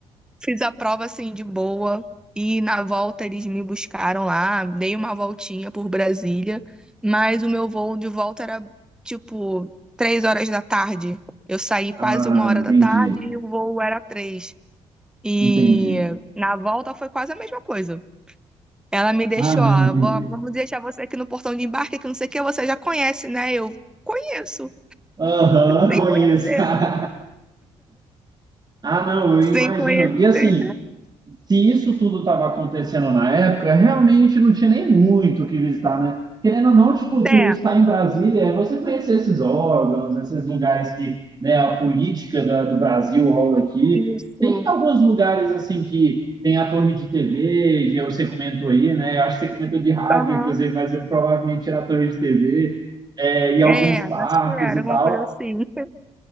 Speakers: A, in the centre; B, on the right.
A: Fiz a prova assim de boa e na volta eles me buscaram lá, dei uma voltinha por Brasília, mas o meu voo de volta era tipo três horas da tarde. Eu saí quase
B: ah,
A: uma hora
B: entendi,
A: da tarde e o voo era três. E
B: entendi.
A: na volta foi quase a mesma coisa. Ela me deixou,
B: Ah, não,
A: ó,
B: entendi.
A: "Vó, vamos deixar você aqui no portão de embarque, que não sei o que, você já conhece, né? Eu conheço,
B: Aham,
A: sem
B: conheço.
A: conhecer,
B: <laughs> Ah, não, eu
A: sem
B: imagino.
A: conhecer.
B: E assim, se isso tudo estava acontecendo na época, realmente não tinha nem muito o que visitar, né? Querendo ou não, tipo,
A: É,
B: turistar em Brasília é você conhecer esses órgãos, esses lugares que, né, a política da- do Brasil rola aqui.
A: isso.
B: Tem alguns lugares, assim, que tem a torre de TV, que você comentou aí, né? Eu acho que você comentou de rádio,
A: Aham.
B: inclusive, mas eu provavelmente era a torre de TV, é, e alguns
A: É, acho
B: parques
A: que era
B: e
A: alguma
B: tal.
A: coisa assim. <laughs>